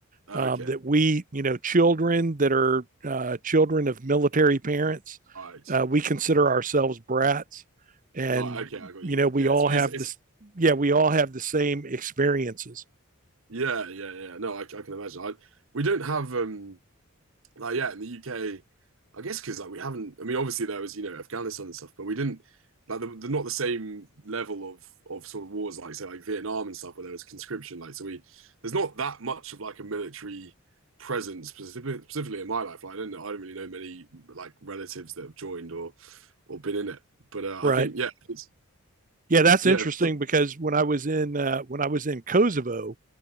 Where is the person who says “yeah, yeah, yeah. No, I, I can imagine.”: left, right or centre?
Right